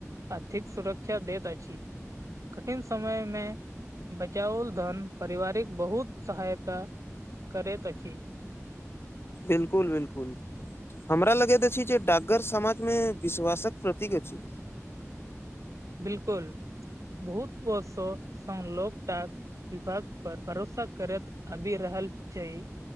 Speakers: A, on the right; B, on the left.
A: आर्थिक सुरक्षा दैत अछि कठिन सममयमे बचाओल धन पारिवारिक बहुत सहायता करैत अछि,
B: बिल्कुल बिल्कुल। हमरा लगैत अछि जे डाकर समाज मे विश्वासक प्रतीक अछि,
A: बिल्कुल, बहुत बर्ष सल डाक विभाग पर भरोसा करैत आबि रहल छै